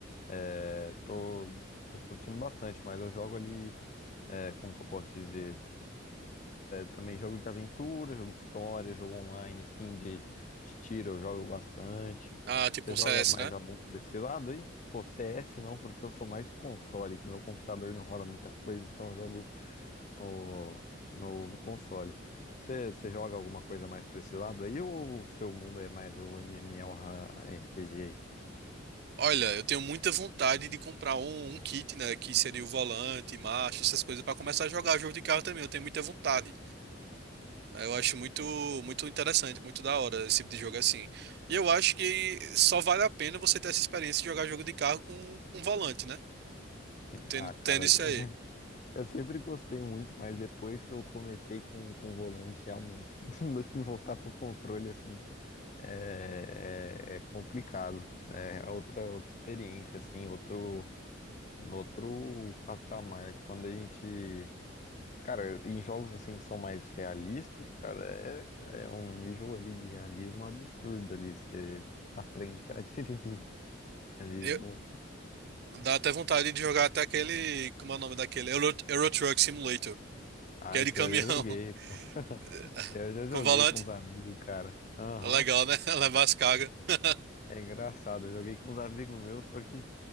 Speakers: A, on the left; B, on the right.
A: É, tô, tô curtindo bastante, mas eu jogo ali, é, como que eu posso dizer? também jogo de aventura, jogo de história, jogo online, assim, de, de tiro, eu jogo bastante.
B: Ah, tipo
A: Você
B: um
A: joga
B: CS,
A: mais
B: né?
A: algum por esse lado aí? Pô, CS não, porque eu sou mais de console, que meu computador não roda muita coisa, então eu jogo no, no, no console. Você, você joga alguma coisa mais pra esse lado aí, ou o seu mundo é mais o MMORPG aí?
B: Olha, eu tenho muita vontade de comprar um, um kit, né? Que seria o volante, marcha, essas coisas, pra começar a jogar jogo de carro também. Eu tenho muita vontade. Ah, Eu acho muito, muito interessante, muito da hora esse tipo de jogo assim. E eu acho que só vale a pena você ter essa experiência de jogar jogo de carro com, com volante, né?
A: Sim,
B: Tendo,
A: ah, cara,
B: tendo isso
A: <laughs>
B: aí.
A: eu sempre gostei muito, mas depois que eu comecei com, com o volante, realmente, <laughs> não dá pra voltar pro controle, assim, é, é- é complicado. né? É outra, outra experiência, assim, outro, outro patamar. Quando a gente. Cara, em jogos assim que são mais realistas, cara, é, é um nível ali de realismo absurdo ali. Você aprende a <laughs> dirigir ali.
B: Eu,
A: No...
B: Dá até vontade de jogar até aquele. Como é o nome daquele? Euro, Euro Truck Simulator.
A: Ah,
B: Que é
A: isso
B: de caminhão.
A: aí eu já joguei, pô. <laughs>
B: <laughs>
A: Isso aí eu já joguei
B: Com volante.
A: com os amigos, cara. Aham.
B: Legal, né? <laughs> Levar as cargas. <laughs>
A: É engraçado, eu joguei com os amigos meus, só que.